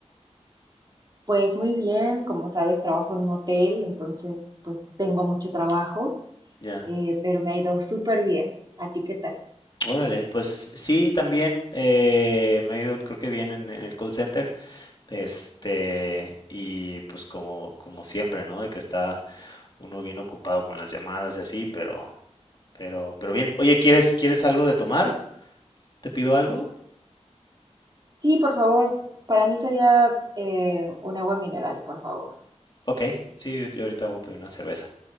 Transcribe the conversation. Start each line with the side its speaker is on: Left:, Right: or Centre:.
Right: Pues muy bien, como sabes, trabajo en un hotel, entonces pues tengo mucho trabajo,
Left: Ya.
Right: eh, pero me ha ido súper bien. ¿A ti qué tal?
Left: Órale, pues sí, también eh, me ha ido, creo que bien en, en el call center. Este, y pues como, como siempre, ¿no? De que está uno bien ocupado con las llamadas y así, pero, pero, pero bien. Oye, ¿quieres, quieres algo de tomar? ¿Te pido algo?
Right: Sí, por favor, para mí sería eh, un agua mineral, por favor.
Left: Ok, sí, yo ahorita voy a pedir una cerveza.